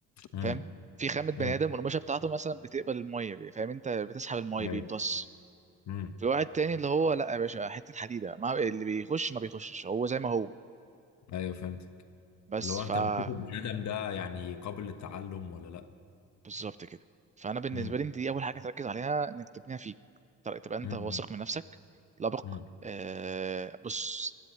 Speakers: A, on the left; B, on the right.
A: امم
B: فاهم في خامه بني
A: امم
B: ادم والقماشه بتاعته مثلا بتقبل الميه بي- فاهم انت بتسحب الميه
A: ايوه
B: بيمتص
A: امم
B: في واحد تاني اللي هو لا يا باشا حته حديده ما اللي بيخش ما بيخشش هو زي ما هو
A: ايوه فهمتك
B: بس
A: لو
B: فا
A: انت بتشوف البني ادم ده يعني قابل للتعلم ولا لا
B: بالظبط كده فانا بالنسبه
A: امم
B: لي دي اول حاجه تركز عليها انك تبنيها فيك تر- تبقى انت
A: امم
B: واثق من نفسك لبق
A: امم
B: آه بص